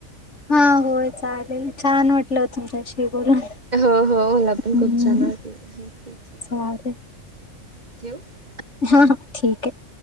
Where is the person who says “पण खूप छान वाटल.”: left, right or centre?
Right